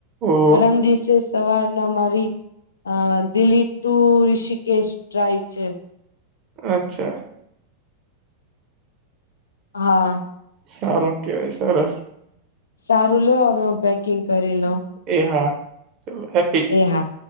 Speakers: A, on the right (about 35°); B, on the left (about 70°).
A: ઓહો
B: પરમ દિવસે સવારના મારી અ દિલ્લી ટુ રીષિકેશ ડ્રાઈવ છે
A: અચ્છા
B: હા
A: સારું કેવાય સરસ
B: સારું લો હવે હું પેકિંગ કરી લઉ
A: એ હા હે
B: એ હા